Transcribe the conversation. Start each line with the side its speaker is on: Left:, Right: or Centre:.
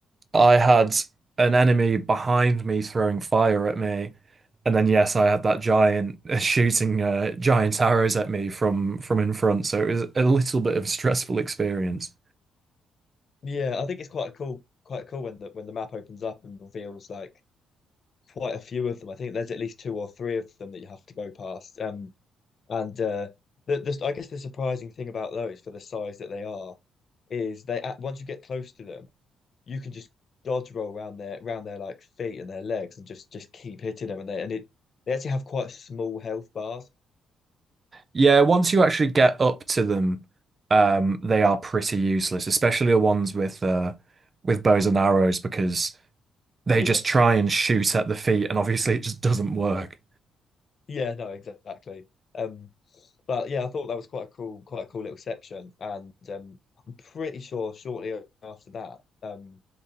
Right: I had an enemy behind me throwing fire at me, and then yes, I had that giant <laughs> shooting uh, giant arrows at me from from in front. So it was a little bit of a stressful experience.
Left: Yeah, I think it's quite cool, quite cool when the when the map opens up and reveals like quite a few of them. I think there's at least two or three of them that you have to go past. Um, and uh, the, the I guess the surprising thing about those for the size that they are is they at once you get close to them. you can just dodge roll around their around their like feet and their legs and just just keep hitting them and they and it they actually have quite small health bars. <laughs>
Right: Yeah, once you actually get up to them, um, they are pretty useless, especially the ones with uh, with bows and arrows because they
Left: Yeah,
Right: just try and shoot at the feet, and obviously it just doesn't work.
Left: yeah, no, exactly. Um, but yeah, I thought that was quite a cool, quite a cool little section, and um, I'm pretty sure shortly after that, um,